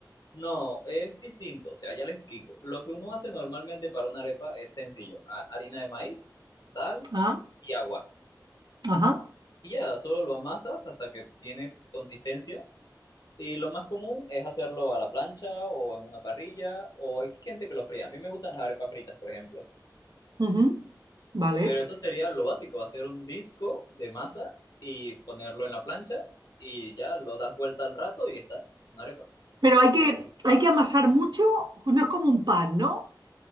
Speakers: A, on the left (about 60°); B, on the right (about 70°).
A: No, es distinto, o sea, ya le explico. Lo que uno hace normalmente para una arepa es sencillo, ha- harina de maíz, sal
B: Ah,
A: y agua.
B: ajá.
A: Y ya, solo lo amasas hasta que tienes consistencia. Y lo más común es hacerlo a la plancha o en una parrilla o hay gente que lo fría. A mí me gustan las arepas fritas, por ejemplo.
B: ujú, Vale.
A: Pero eso sería lo básico, hacer un disco de masa y ponerlo en la plancha y ya lo das vuelta al rato y está, una arepa.
B: Pero hay que, hay que amasar mucho, no es como un pan, ¿no?